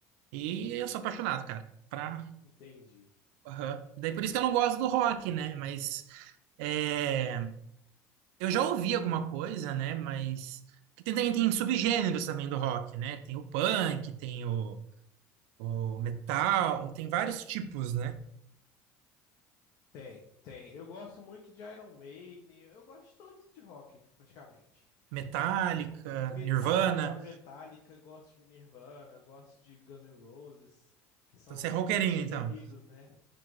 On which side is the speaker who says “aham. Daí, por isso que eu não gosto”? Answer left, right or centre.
Right